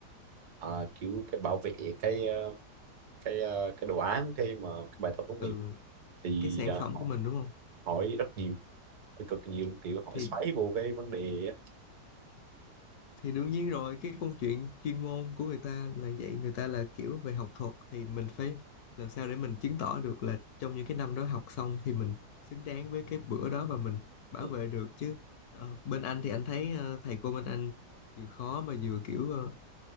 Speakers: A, on the right (about 65°); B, on the left (about 70°).
A: à, kiểu cái bảo vệ cái uh, cái ờ, cái đồ án cái mà cái bài tập tốt
B: ừ,
A: nghiệp thì
B: cái sản
A: à,
B: phẩm
A: họ
B: của mình đúng không?
A: hỏi rất nhiều hỏi cực nhiều luôn, kiểu hỏi
B: Thì
A: xoáy vô cái vấn đề á
B: thì đương nhiên rồi, cái câu chuyện chuyên môn của người ta là vậy, người ta là kiểu về học thuật thì mình phải làm sao để mình chứng tỏ được là trong những cái năm đó học xong thì mình xứng đáng với cái bữa đó và mình bảo
A: ừ,
B: vệ được chứ. Ờ, bên anh thì anh thấy ờ, thầy cô bên anh vừa khó mà vừa kiểu ờ,